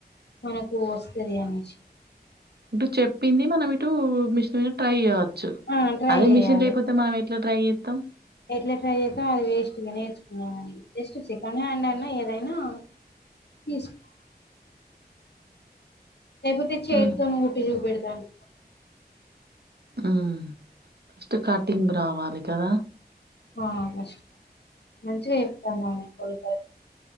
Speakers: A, on the left; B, on the right.
A: మనకు వస్తది అనేసి
B: ఇటు చెప్పింది మనం ఇటు మిషన్ మీద ట్రై చేయవచ్చు
A: ఆ ట్రై
B: అదే
A: చెయ్యాలి
B: మిషన్ లేకపోతే మనం ఎట్లా ట్రై చెత్తం
A: ఎట్లా ట్రై చేసిన అది వేస్ట్ గా నేర్చుకున్నా గానీ జస్ట్ సెకండ్ హ్యాండ్ అన్నా ఏదైనా పీస్ <unintelligible> లేకపోతే చేతోనే
B: హ్మ్
A: కుట్టి చూపెడతాంటి
B: ఆ ఫస్ట్ కటింగ్ రావాలి కదా
A: ఆ ఫస్ట్ మంచిగా చెప్తాందామె కొడు <unintelligible>